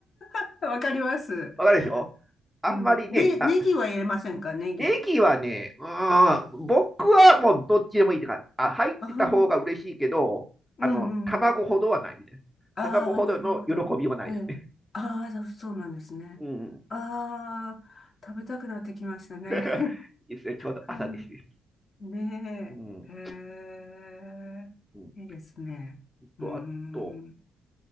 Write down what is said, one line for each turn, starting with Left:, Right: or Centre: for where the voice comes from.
Left: <laughs>、わかります。
Centre: わかるでしょあんまりね、
Left: うん。で、ネギは入れませんかネギ。
Centre: あ、ネギはね、うーん、
Left: ええ。
Centre: 僕はもうどっちでもいいって感じ。あ、入ってた方が嬉しいけど、
Left: あ、うん、うん、
Centre: あの、卵ほどはないみたいな。
Left: うん。ああ、
Centre: 卵ほどの喜びはないですね。
Left: なるほど。ええ。ああ、そうそうなんですね。
Centre: うん。
Left: ああ、食べたくなってきましたね。
Centre: <laughs> いいですね。ちょうど朝ですね。
Left: <laughs> うんねえ。
Centre: うん。
Left: へえ。
Centre: うん、
Left: いいですね。うーん。
Centre: と、あと、